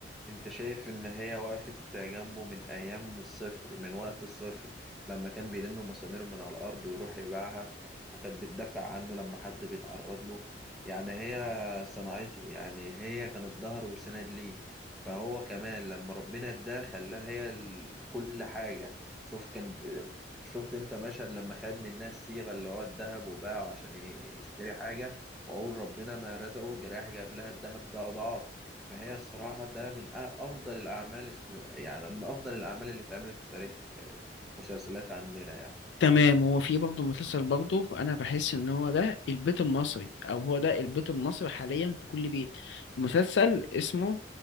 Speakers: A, in the centre; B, on the left.
A: انت شايف ان هي وقفت جنبه من ايام الصفر من وقت الصفر لما كان بيلم مسامير من على الارض ويروح يبيعها وكانت بتدافع عنه لما حد بيتعرض له يعني هي صنعته يعني هي كانت ظهر وسند ليه فهو كمان لما ربنا اداه خلاها هي ال- كل حاجة شوف كان ب- شفت انت مشهد لما خد من الناس صيغة اللي هو الذهب وباعه عشان ي- يشتري حاجة وأقول ربنا ما رزقه جراح جاب لها الذهب ده أضعاف فهي الصراحة ده من أ- أفضل الأعمال السينما... يعني من أفضل الأعمال اللي اتعملت في تاريخ آه، مسلسلات عندنا يعني
B: تمام هو في برضه مسلسل برضه انا بحس ان هو ده البيت المصري او هو ده البيت المصري حاليا في كل بيت مسلسل اسمه